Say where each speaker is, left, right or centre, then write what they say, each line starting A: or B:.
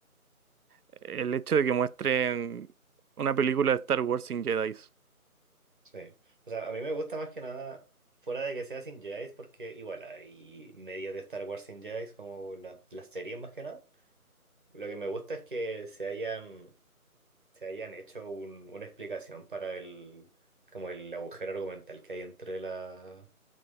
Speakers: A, on the right (about 80°); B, on the right (about 35°).
A: el hecho de que muestren una película de Star Wars sin Jedi.
B: sí. O sea, a mí me gusta más que nada, fuera de que sea sin Jedi, porque igual hay medios de Star Wars sin Jedi, como la- las series más que nada. Lo que me gusta es que se hayan, se hayan hecho un- una explicación para el, como el agujero argumental que hay entre la